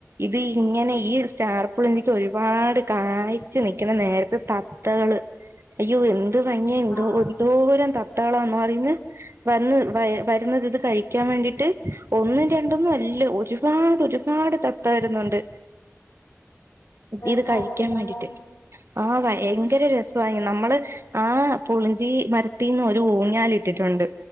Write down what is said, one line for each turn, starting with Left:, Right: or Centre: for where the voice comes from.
Right: ഇത് ഇങ്ങനെ ഈ സ്റ്റാർപിള എനിക്ക് ഒരു ഒരുപാട് കാഴ്ച്ച നിക്കണ നേരത്തെ തത്തകള് അയ്യോ എ എന്ത് ഭംഗിയാ എന്തോ
Left: ആഹ്
Right: ഒരു എന്തോരം ത തത്തകളാണോ <unintelligible> വന്ന് വേ വരുന്നത് ഇത് കഴിക്കാൻ വേണ്ടിട്ട് ഒന്നും രണ്ടന്നും അല്ല ഒരുപാട് ഒരുപാട് തത്ത വരുന്നുണ്ട്.
Left: <inaudible>
Right: ഇത്
Left: സ്ഥലേ
Right: കഴിക്കാൻ
Left: കാണാൻ
Right: വേണ്ടിട്ട് ആ ഭയങ്കര രസാ ആഹ് നമ്മള് ആഹ് പുളിഞ്ചി മരത്തിന്ന് ഒരു ഊഞ്ഞാലിട്ടിട്ടുണ്ട്